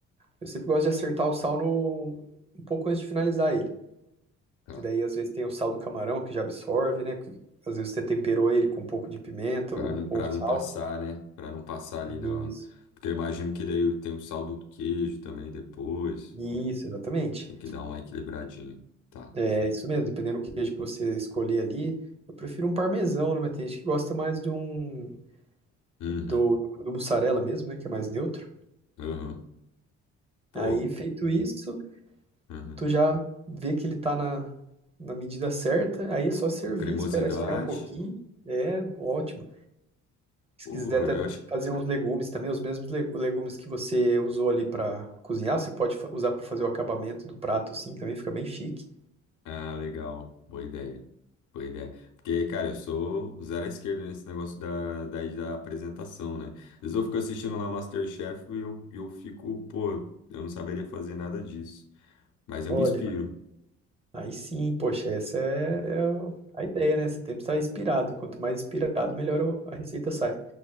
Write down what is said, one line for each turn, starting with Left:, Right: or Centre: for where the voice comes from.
Right: Eu sempre gosto de acertar o sal no, um pouco antes de finalizar ele.
Left: Tá.
Right: que daí às vezes tem o sal do camarão que já absorve, né? que Às vezes você temperou ele com um pouco de pimenta
Left: Para
Right: ou,
Left: não, para
Right: ou
Left: não
Right: sal.
Left: passar, né? Para não passar ali
Right: Isso,
Left: na. Porque eu imagino que daí tem o sal do queijo também depois.
Right: isso, exatamente.
Left: Tem que dar uma equilibradinha. Tá.
Right: É isso mesmo, dependendo do queijo que você escolher ali. Eu prefiro um parmesão, né? Mas tem gente que gosta mais de um
Left: Uhum.
Right: do, do mussarela mesmo, né? Que é mais neutro.
Left: Uhum. Pô.
Right: Aí, feito isso,
Left: Uhum.
Right: tu já vê que ele tá na, na medida certa. Aí é só servir,
Left: A cremosidade.
Right: esperar esfriar um pouquinho. É ótimo. Se
Left: Pô,
Right: quiser até
Left: eu acho
Right: fazer uns legumes também, os mesmos legu- legumes que você usou ali para cozinhar, você pode fa- usar para fazer o acabamento do prato, assim, também fica bem chique.
Left: Ah, legal. Boa ideia. Boa ideia. Porque, cara, eu sou zero à esquerda nesse negócio da, da, da apresentação, né? Às vezes eu fico assistindo lá MasterChef e eu, eu fico, pô, eu não saberia fazer nada disso. Mas eu
Right: Olha,
Left: me inspiro,
Right: aí sim, poxa, essa é, é o- a ideia, né? Você tem que estar inspirado. Quanto mais inspirado, melhor o- a receita sai.